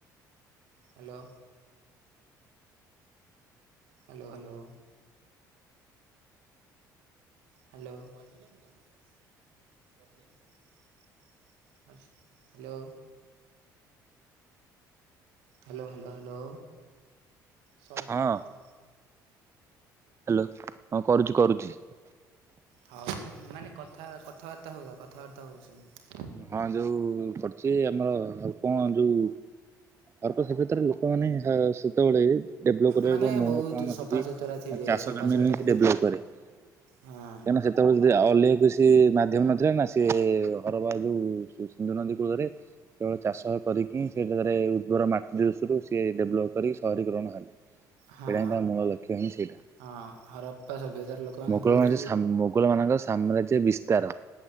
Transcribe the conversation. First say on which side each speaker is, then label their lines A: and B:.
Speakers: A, on the right (about 70°); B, on the right (about 25°).
A: hello. Hello hello. Hello. Hello. Hello hello hello search
B: ହଁ
A: କରୁଚି।
B: ହ୍ୟାଲୋ ହଁ କରୁଛି କରୁଛି
A: ହଉ ମାନେ କଥା କଥାବାର୍ତ୍ତା ହଉଥା କଥାବାର୍ତ୍ତା ହଉଥା ସେମିତି
B: ହଁ ଯୋଉ ପଡୂଛି ଆମର ଆଉ କଣ ଯୋଉ ଅର୍କ ସେ କ୍ଷେତ୍ରରେ ଲୋକମାନେ ସେତେବେଳେ ଡେଭଲପ କରିବାର
A: ମାନେ
B: ମୂଳ
A: ବହୁତ
B: କାରଣ
A: ସଫାସୁତୁରା
B: ହୋଉଛି
A: ଥିଲେ
B: ଚାଷ
A: ସଫାସୁତୁରା
B: ଜମିରେ ଡେଭଲପ
A: ଥିଲେ
B: କରେ କାହିଁକିନା
A: ହଁ
B: ସେତେବେଳେ ଯଦି ଅଲେ କୁଶି ସେ ମାଧ୍ୟମ ନଥିଲା ନା ସିଏ ହର ବା ଯୋଉ ସିନ୍ଧୁ ନଦୀ କୂଳରେ କେବଳ ଚାଷ କରିକି ସେଜାଗାରେ ଉର୍ବର ମାଟି ଦୃଶରୁ ସିଏ ଡେଭଲପ କରିକି ସହରୀ ଗରହଣ ହେଲି ସେଇଟା
A: ହଁ
B: ହିଁ ତା ମୂଳ ଲକ୍ଷ୍ୟ ହିଁ ସେଇଟା
A: ହଁ ହରପ୍ପା ସଭ୍ୟତାର ଲୋକମାନେ
B: ମୋଗଳ
A: ବହୁତ
B: ମାଝ୍ ମୋଗଳମାନଙ୍କର ସାମ୍ରାଜ୍ୟ ବିସ୍ ତାର